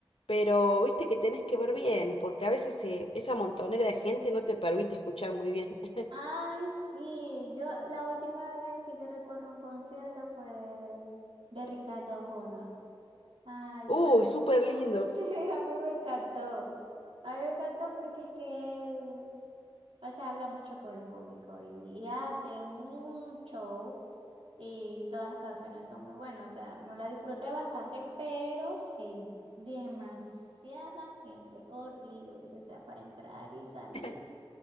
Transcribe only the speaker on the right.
Ay, sí, yo la última vez que yo recuerdo un concierto fue de Ricardo Jona. Ay,
a mí,
<laughs>
sí, a mí me encantó. A mí me encantó porque es que él, o sea, habla mucho con el público y, y hace un show y todas las canciones son muy buenas. O sea, me la disfruté bastante, pero sí, demasiada gente, horrible. O sea, para entrar y salir.